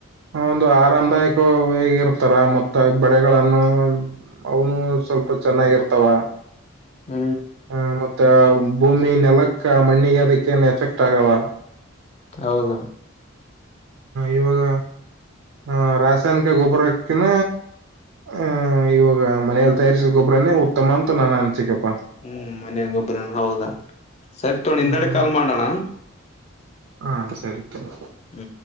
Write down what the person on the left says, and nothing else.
ಹಾ
ಹೌದ
ಹ್ಮ್ ಮನ ಹಂಗೊಬ್ರ ಹೌದಾ ಸರಿ ತೋಣ ಹಿಂದೆಡೆ
ಕಾಲ್ ಮಾಡೋಣ
ಹ್ಮ್